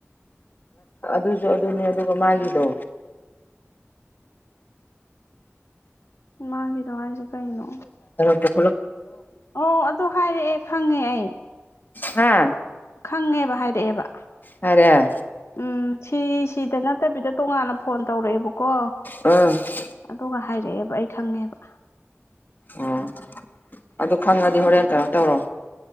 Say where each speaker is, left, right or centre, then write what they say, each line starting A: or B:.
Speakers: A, on the left (about 40°); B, on the left (about 70°).
A: ꯑꯗꯨꯁꯨ ꯑꯗꯨꯅꯦ ꯑꯗꯨꯒ ꯃꯥꯒꯤꯗꯣ
B: ꯃꯥꯒꯤꯗꯣ ꯍꯥꯏꯁꯦ ꯀꯩꯅꯣ
A: ꯐꯂꯛꯄ
B: ꯑꯣ ꯑꯗꯨꯗ ꯍꯥꯏꯔꯛꯑꯦ ꯈꯪꯉꯦ ꯑꯩ
A: ꯍꯥꯥ
B: ꯈꯪꯉꯦꯕ ꯍꯥꯏꯔꯛꯑꯦꯕ
A: ꯍꯥꯏꯔꯦ ꯑ
B: ꯎꯝ ꯁꯤ ꯁꯤꯗ ꯅꯠꯇꯕꯤꯗ ꯇꯣꯉꯥꯟꯅl ꯐꯣꯟ ꯇꯧꯔꯛꯑꯦꯕꯀꯣ
A: ꯑꯣ
B: ꯑꯗꯨꯒ ꯍꯥꯏꯔꯛꯑꯦꯕ ꯑꯩ ꯈꯪꯉꯦꯕ
A: ꯑꯣ ꯑꯗꯨ ꯈꯪꯉꯗꯤ ꯍꯣꯔꯦꯟ ꯀꯩꯅꯣ ꯇꯧꯔꯣ